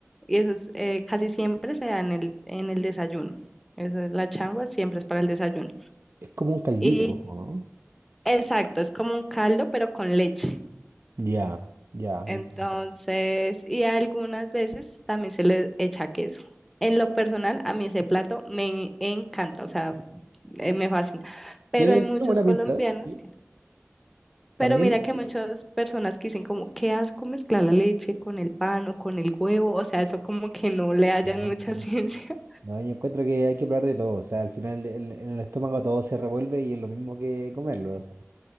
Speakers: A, in the centre; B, on the right (about 60°).
A: y eso es, eh, casi siempre se da en el, en el desayuno. Eso es, la changua siempre es para el desayuno.
B: Es como un caldito,
A: Y
B: ¿o ¿no?
A: exacto, es como un caldo, pero con leche.
B: Ya, ya,
A: Entonces,
B: entiendo.
A: y algunas veces también se le echa queso. En lo personal, a mí ese plato me encanta, o sea, eh, me fascina. Pero
B: Tienen,
A: hay muchos
B: tienen buena
A: colombianos
B: pinta, ¿eh? ¿sí?
A: que no.
B: También.
A: Pero mira que muchas personas que dicen como, qué asco mezclar la leche con el pan o con el huevo, o sea, eso como que no le hallan
B: No,
A: mucha <laughs> ciencia.
B: no, yo encuentro que hay que probar de todo. O sea, al final el- en el estómago todo se revuelve y es lo mismo que comerlo. O sea,